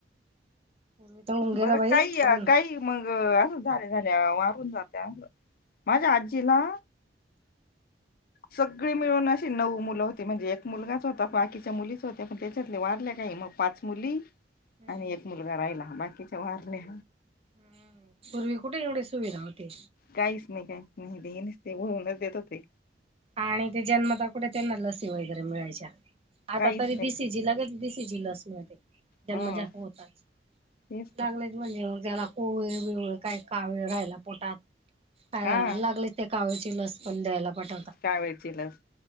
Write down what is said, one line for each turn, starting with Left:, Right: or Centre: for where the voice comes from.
Right: पूर्वी तर होऊन गेला
Left: बरं
Right: बाई
Left: काही,
Right: पण
Left: काही मग असं झाल्या, झाल्या वारून जाते असं, माझ्या आजीला सगळी मिळून अशी नऊ मुलं होती. म्हणजे एक मुलगाच होता, बाकीच्या मुलीच होत्या, पण त्याच्यातले वारल्या काही मग पाच मुली
Right: हम्म
Left: आणि एक मुलगा राहिला बाकीच्या वारल्या
Right: हम्म! पूर्वी कुठे एवढी सुविधा होती.
Left: काहीच नाही काहीच नाही हे नुसते होऊनच देत होते.
Right: आणि ते जन्मता कुठे त्यांना लसी वगैरे मिळायच्या. आता
Left: काहीच
Right: तरी
Left: नाही
Right: बी सी जी लगेच बी सी जी लस मिळते. जन्मजातं
Left: हा
Right: होताच,
Left: तेच
Right: लागले
Left: तर
Right: म्हणजे मग त्याला कोविल बीविळ काही कावेळ राहायला पोटात, का
Left: हा
Right: लागले ते काविळ ची लस पण द्यायला पाठवतात.
Left: कावेळ ची लस.